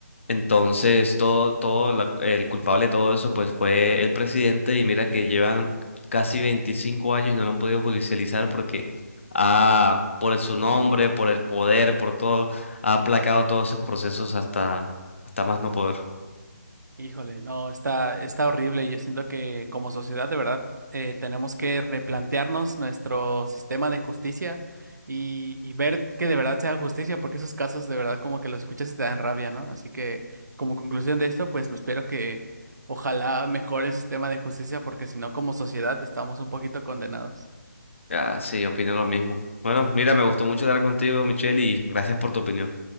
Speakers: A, on the left; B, on the right.
A: Entonces, todo, todo la- el culpable de todo eso, pues fue el presidente y mira que llevan casi 25 años y no lo han podido judicializar porque ha, por su nombre, por el poder, por todo, ha aplacado todos sus procesos hasta, hasta más no poder.
B: Híjole, no, está, está horrible. Yo siento que como sociedad, de verdad, eh, tenemos que replantearnos nuestro sistema de justicia y, y ver que de verdad sea justicia, porque esos casos de verdad como que los escuchas y te dan rabia, ¿no? Así que como conclusión de esto, pues me espero que ojalá mejore el sistema de justicia, porque si no, como sociedad estamos un poquito condenados.
A: Ah, sí, opino lo mismo. Bueno, mira, me gustó mucho hablar contigo, Michelle, y gracias por tu opinión.